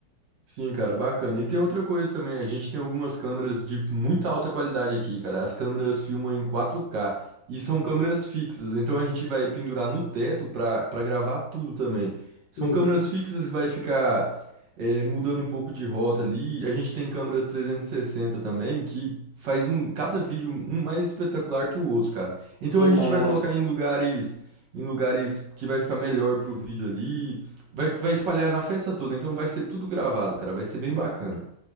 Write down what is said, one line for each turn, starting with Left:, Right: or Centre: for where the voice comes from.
Right: Sim, cara, bacana. E tem outra coisa também, a gente tem algumas câmeras de muita alta qualidade aqui, cara. As câmeras filmam em quatro k e são câmeras fixas, então a gente vai pendurar no teto para para gravar tudo também. São
Left: Uhum.
Right: câmeras fixas, vai ficar é, mudando um pouco de rota ali, a gente tem câmeras 360 também, que faz um cada vídeo um mais espetacular que o outro, cara. Então
Left: E
Right: a
Left: massa.
Right: gente vai colocar em lugares em lugares que vai ficar melhor pro vídeo ali, vai vai espalhar na festa toda, então vai ser tudo gravado, cara, vai ser bem bacana.